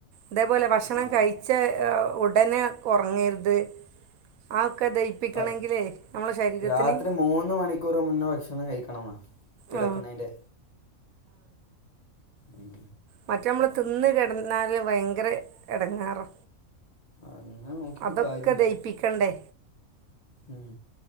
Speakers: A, on the right; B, on the left.
A: ഇതേപോലെ ഭക്ഷണം
B: ആ
A: കഴിച്ച ഉടനെ ഉറങ്ങരുത് ആ ഒക്കെ ദഹിപ്പിക്കണെങ്കിലേ
B: അത്
A: നമ്മള ശരീരത്തിന്
B: രാത്രി മൂന്ന് മണിക്കൂറ് മുന്നേ ഭക്ഷണം കഴിക്കണന്ന കിടക്കുന്നതിൻ്റെ
A: ആ
B: ഉം
A: മറ്റെ നമ്മള് തിന്ന് കിടന്നാല് ഭയങ്കര എടങ്ങേറാ
B: അങ്ങനെ നോക്കിയിട്ട്
A: അതൊക്കെ
B: കാര്യമില്ല
A: ദഹിപ്പിക്കണ്ടേ
B: ഉം